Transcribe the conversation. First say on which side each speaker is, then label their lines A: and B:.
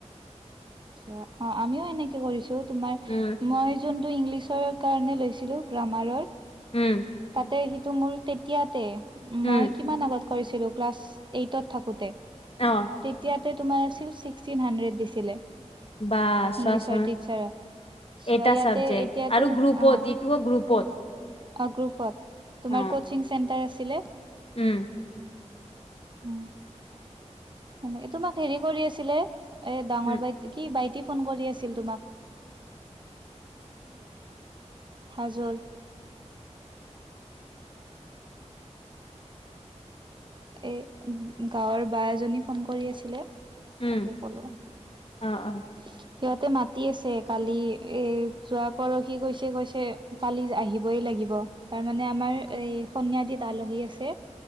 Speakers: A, on the right; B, on the left.
A: আ অ আমিও এনেকে কৰিছো তোমাৰ
B: উম,
A: মই যোনটো ইংলিছৰ কাৰণে লৈছিলোঁ গ্ৰামাৰৰ
B: উম
A: তাতে সিটো মোৰ তেতিয়াতে
B: উম,
A: মই কিমান আগত কৰিছিলোঁ ক্লাছ এইটত থাকোঁতে
B: অ
A: তেতিয়াতে তোমাৰ আছিল ছিক্সটিন হাড্ৰেড দিছিলে
B: বা চোৱাচোন
A: ইংলিছৰ টিচাৰ চ
B: এটা
A: ইয়াতে
B: চাবজেক্ট
A: এতিয়াতো
B: আৰু গ্ৰুপত
A: অ
B: ইটোও গ্ৰুপত
A: অ গ্ৰুপ কত তোমাৰ
B: অ
A: কচিং চেণ্টাৰ আছিলে
B: উম
A: উম সেনে তোমাক হেৰি কৰি আছিলে এ ডাঙৰ
B: উম
A: বাই কি বাইটি ফোন কৰি আছিল তোমাক <unintelligible> হা জল এ গাঁৱৰ বা এজনী ফোন কৰি আছিলে
B: উম
A: তাকে কলো
B: অঁ অঁ
A: <unintelligible> সিহঁতে মাতি আছে কালি এ যোৱা পৰহি কৈছে কৈছে কালি আহিবই লাগিব তাৰমানে আমাৰ এই সনিয়াদিত আলহী আছে